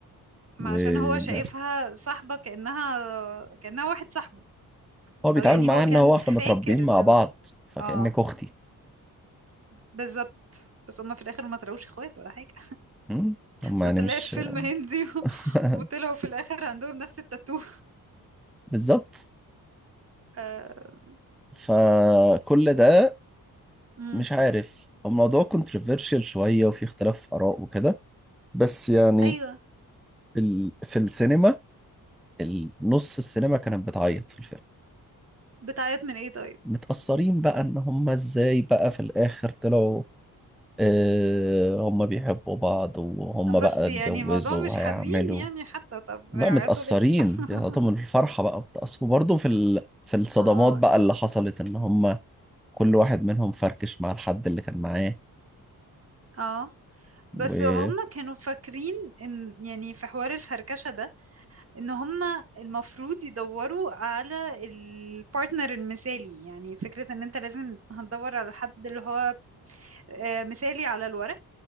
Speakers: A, in the centre; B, on the right (about 40°).
A: ون...
B: عشان هو شايفها صاحبة كأنها كأنها واحد صاحبه
A: هو بيتعامل
B: او يعني
A: معاها
B: هو كان
A: ان هو
B: فاكر
A: احنا متربيين مع
B: ان هو
A: بعض فكأنك
B: اه
A: اختي
B: بالظبط بس هما في الاخر ما طلعوش اخوات ولا حاجة
A: هم هم يعني
B: ما طلعش
A: مش
B: فيلم هندي <laughs> و...
A: <laughs>
B: وطلعوا في الاخر عندهم نفس التاتو
A: بالظبط
B: آه...
A: فكل ده
B: مم.
A: مش عارف الموضوع كونتروفيرشيال شويه وفي اختلاف اراء وكده بس يعني
B: ايوه
A: ال... في السينما ال- نص السينما كانت بتعيط في الفيلم
B: بتعيط من ايه طيب
A: متأثرين بقى ان هم ازاي بقى في الاخر طلعوا آه، هم بيحبوا بعض وهم بقى
B: بس
A: اتجوزوا
B: يعني الموضوع مش
A: وهيعملوا
B: حزين يعني حتى طب بيعيطوا
A: بقى متأثرين
B: ليه <laughs>
A: بيعطيهم الفرحة بقى بتأثر وبرضه في ال... في الصدمات
B: اه
A: بقى اللي حصلت ان هم كل واحد منهم فركش مع الحد اللي كان معاه
B: اه بس
A: و
B: هم كانوا فاكرين ان يعني في حوار الفركشة ده ان هم المفروض يدوروا على البارتنر المثالي يعني فكرة ان انت لازم هتدور على حد اللي هو آه، مثالي على الورق